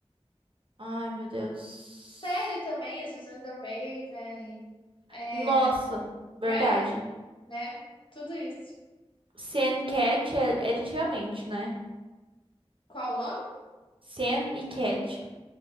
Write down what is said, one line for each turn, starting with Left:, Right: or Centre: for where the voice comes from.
Right: Ai, meu Deus.
Left: Série também, As Visões da Raven, é...
Right: Nossa, verdade.
Left: Friends, né? Tudo isso.
Right: Sen Cat é, é de antigamente, né?
Left: Qual o nome?
Right: Sen e Cat.